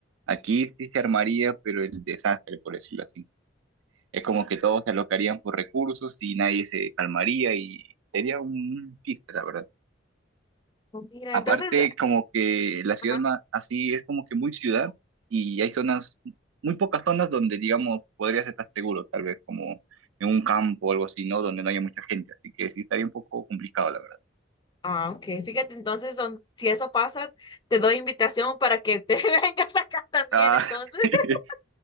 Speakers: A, on the right; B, on the left.
A: aquí sí se armaría, pero el desastre, por decirlo así. Es como que todos se alocarían por recursos y nadie se calmaría y sería un chiste, la verdad.
B: Oh, Mira,
A: Aparte,
B: entonces,
A: como que la ciudad
B: ajá.
A: ma- así es como que muy ciudad y hay zonas, muy pocas zonas donde, digamos, podrías estar seguro, tal vez como en un campo o algo así, ¿no? Donde no haya mucha gente, así que sí estaría un poco complicado, la verdad.
B: Ah, ok. Fíjate, entonces, son, si eso pasa, te doy invitación para que te <laughs> vengas acá también.
A: Ah.
B: Entonces, <laughs>
A: <laughs>